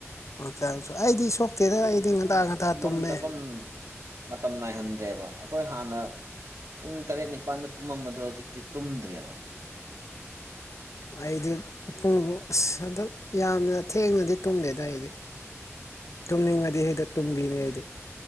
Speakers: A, on the left (about 75°); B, on the right (about 70°).
A: ꯍꯆꯥꯡꯁꯨ ꯑꯩꯗꯤ ꯁꯣꯛ ꯀꯦꯗꯗꯥ ꯑꯩꯗꯤ ꯉꯟꯇꯥ ꯉꯟꯇꯥ
B: ꯇꯨꯝꯐꯝ
A: ꯇꯨꯝꯃꯦ
B: ꯆꯠꯐꯝ ꯃꯇꯝ ꯅꯥꯏꯍꯟꯗ꯭ꯔꯦꯕ ꯑꯩꯈꯣꯏ ꯍꯥꯟꯅ ꯄꯨꯡ ꯇꯔꯦꯠ ꯅꯤꯄꯥꯜꯗ ꯇꯨꯝꯃꯝꯕꯗꯣ ꯍꯧꯖꯤꯛꯇꯤ ꯇꯨꯝꯗ꯭ꯔꯦꯕ
A: ꯑꯩꯗꯤ ꯄꯨꯡꯕꯨ ꯍꯟꯗꯛ ꯌꯥꯝꯅ ꯊꯦꯡꯅꯗꯤ ꯇꯨꯝꯗꯦꯗ ꯑꯩꯗꯤ ꯇꯨꯝꯅꯤꯡꯉꯗꯤ ꯍꯦꯛꯇ ꯇꯨꯝꯕꯤꯅꯦ ꯑꯩꯗꯤ